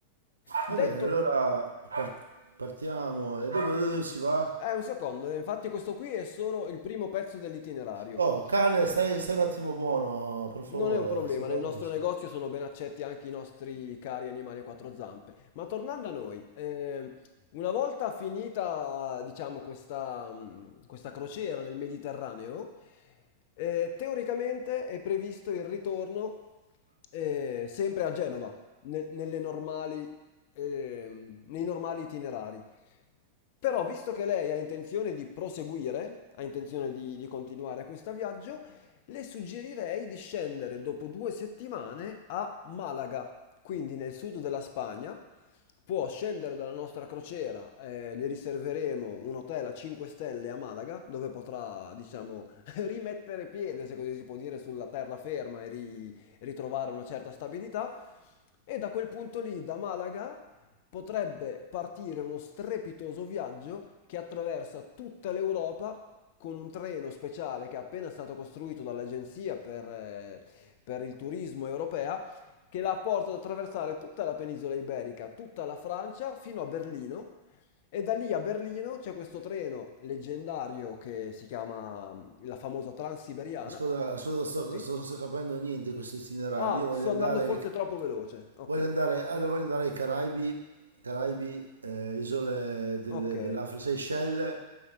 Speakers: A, on the left (about 50°); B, on the right (about 80°).
A: Detto,
B: Va bene, allora par- partiamo. E dopo dove si va?
A: eh, un secondo, eh, infatti questo qui è solo il primo pezzo dell'itinerario.
B: Oh, cane, stai, stai un attimo buono, per favore.
A: Non è un problema,
B: Sto parlando
A: nel nostro
B: con...
A: negozio sono ben accetti anche i nostri cari animali a quattro zampe. Ma tornando a noi, eh, una volta finita, diciamo, questa, mh, questa crociera nel Mediterraneo, eh, teoricamente è previsto il ritorno eh, sempre a Genova, ne- nelle normali, ehm, nei normali itinerari. Però, visto che lei ha intenzione di proseguire, ha intenzione di, di continuare questo viaggio, le suggerirei di scendere dopo due settimane a Malaga, quindi nel sud della Spagna. Può scendere dalla nostra crociera, eh, le riserveremo un hotel a 5 stelle a Malaga, dove potrà, diciamo, <laughs> rimettere piede, se così si può dire, sulla terraferma e ri- ritrovare una certa stabilità. E da quel punto lì, da Malaga, potrebbe partire uno strepitoso viaggio che attraversa tutta l'Europa con un treno speciale che è appena stato costruito dall'Agenzia per, eh, per il turismo europea, che la porta ad attraversare tutta la penisola iberica, tutta la Francia, fino a Berlino. E da lì a Berlino c'è questo treno leggendario che si chiama mm, la famosa Transiberiana.
B: Ascolta, ascolta, sto,
A: Sì?
B: sto- non sto capendo niente di questo itinerario.
A: Ah,
B: Io voglio
A: sto
B: andare...
A: andando forse troppo veloce. Ok,
B: Voglio andare, allora voglio andare ai Caraibi, Caraibi, eh, isole del-
A: ok.
B: dell'Africa, Seychelles,